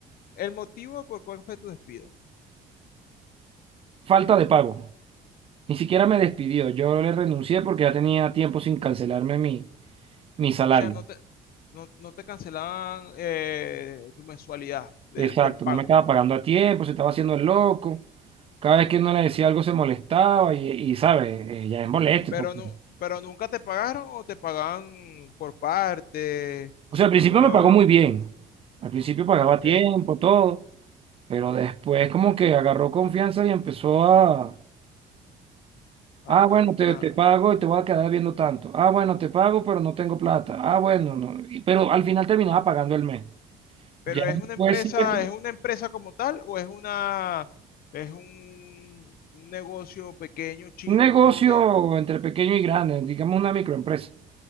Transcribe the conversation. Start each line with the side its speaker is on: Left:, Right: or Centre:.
Left: el motivo por cuál fue tu despido. O
Right: Falta de pago. Ni siquiera me despidió. Yo le renuncié porque ya tenía tiempo sin cancelarme mi, mi salario.
Left: sea, no te, no, no te cancelaban eh, tu mensualidad del,
Right: Exacto,
Left: del pago,
Right: no me estaba
Left: pues.
Right: pagando a tiempo, se estaba haciendo el loco. Cada vez que uno le decía algo se molestaba y, y ¿sabes? Eh, ya es molesto.
Left: Pero
Right: Porque...
Left: no, pero nunca te pagaron o te pagaban por parte.
Right: O sea, al principio
Left: Oh,
Right: me pagó muy bien. Al principio pagaba
Left: ok.
Right: a tiempo, todo. Pero después como que agarró confianza y empezó a...
Left: Ah,
Right: Ah, bueno,
Left: ah,
Right: te,
Left: ah.
Right: te pago y te voy a quedar viendo tanto. Ah, bueno, te pago, pero no tengo plata. Ah, bueno, no. y- Pero al final terminaba pagando el mes.
Left: Pero
Right: Ya
Left: es una
Right: después
Left: empresa,
Right: sí, pe-
Left: ¿es una empresa como tal o es una es un, un negocio pequeño, chico,
Right: un negocio
Left: que
Right: entre pequeño y grande, digamos una microempresa.